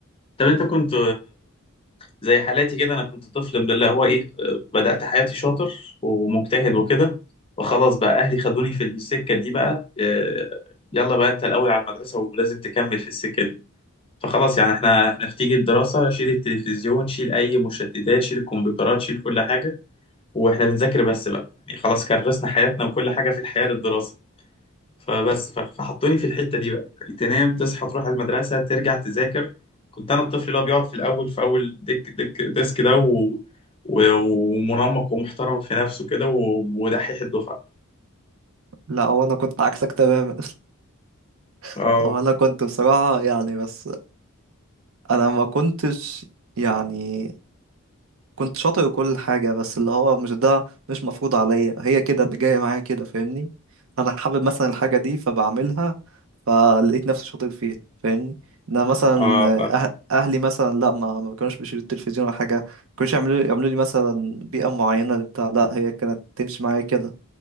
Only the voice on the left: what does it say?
طب انت كنت زي حالاتي كده انا كنت طفل من اللي هو ايه آه، بدأت حياتي شاطر ومجتهد وكده وخلاص بقى اهلي خدوني في السكة دي بقى آه، يلا بقى انت الاول على المدرسة ولازم تكمل في السكة دي فخلاص يعني احنا احنا في تيجي الدراسة شيل التلفزيون شيل اي مشتتات شيل الكمبيوترات شيل كل حاجة واحنا بنذاكر بس بقى يعني خلاص كرسنا حياتنا وكل حاجة في الحياة للدراسة فبس ف- فحطوني في الحتة دي بقى يعني تنام تصحى تروح المدرسة ترجع تذاكر كنت أنا الطفل اللي هو بيقعد في الأول في أول ديك ديك ديسك ده و... و... ومنمق ومحترم في نفسه كده و... ودحيح الدفعة
اه
اه ف-